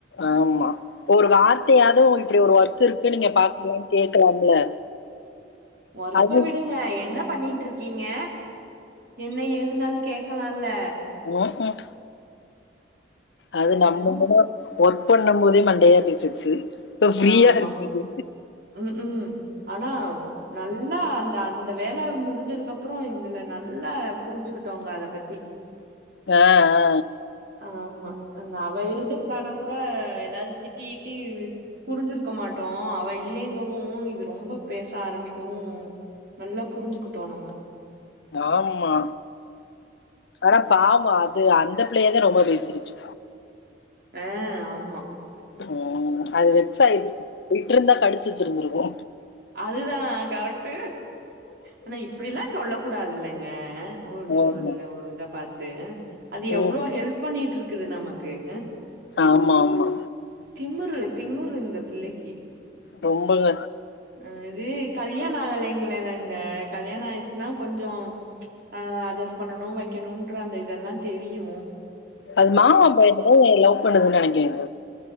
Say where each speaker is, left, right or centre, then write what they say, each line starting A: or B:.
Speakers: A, on the left (about 70°); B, on the right (about 60°).
A: ஆமா ஒரு வார்த்தையாது ஒ இப்டி ஒரு வொர்க் வொர்க் இருக்கு நீங்க பாக்கலனு கேக்கலாம்ல
B: ஒர்க்க
A: அது
B: விடுங்க என்ன பண்ணிட்டு இருக்கீங்க என்ன எதுனாது கேக்கலாம்ல
A: ம்ஹும் அது
B: இன்னு
A: நம்பகூட ஒர்க் பண்ணு போதே மண்டையா பேசிச்சி இப்ப ஃப்ரீயா
B: ஆமா
A: இருக்குது
B: ம் ம் ஆனா நல்லா அந்த அந்த வேல முடிஞ்சதுக்கு அப்றோ இதுல நல்ல புரிஞ்சுகிட்டோங்க அத பத்தி
A: ஆ ஆ
B: ஆமா அவ இருந்திருந்தானா கூட ஏதாவுது திட்டிகிட்டி புரிஞ்சிருக்க மாட்டோ அவ இல்லேங்க இது ரொம்ப பேச ஆரம்பிக்கவு நல்லா புரிஞ்சுக்கிட்டோ நம்ம
A: ஆமா ஆனா ஆமா அது அந்த பிள்ளையதா ரொம்ப பேசிடுச்சு
B: அ ஆமா
A: ம் அது வெக்சாயிடுச்சு விட்டுருந்த கடிச்சு வச்சிருந்தருக்கு
B: அதுதா கரெக்ட்டு ஆனா இப்டிலா சொல்ல கூடாதுல்லைங்க ஊர் தோர்ல
A: ஆமா
B: ஓரு இத பாத் த்தே அது எவ்ளோ
A: ம்
B: ஹெல்ப் பண்ணிட்ருக்குது நமக் க்கு
A: ஆமா ஆமா
B: திமுரு திமுறு இந்த பிள்ளைக்கு
A: ரொம்பங்க
B: ஆ இது கல்யாண ஆகலைங்களங்க கல்யாண ஆயிடுச்சுன்னா கொஞ்ச அ அட்ஜஸ்ட் பண்ணணு வைக்கணும்ன்ற அந்த இதெல்லா தெரியு
A: அது மாமா பையனுதா லவ் பண்ணுது நெனைக்கிற